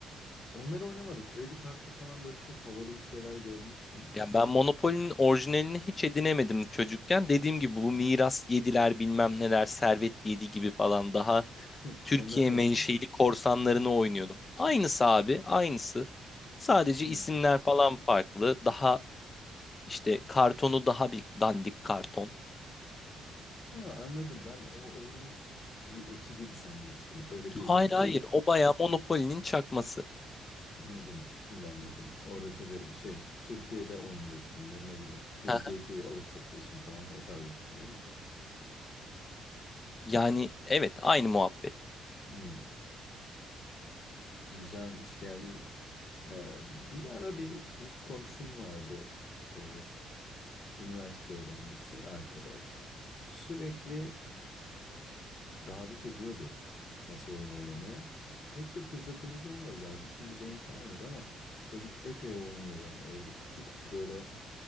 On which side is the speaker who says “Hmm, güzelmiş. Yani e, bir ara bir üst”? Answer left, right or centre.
Left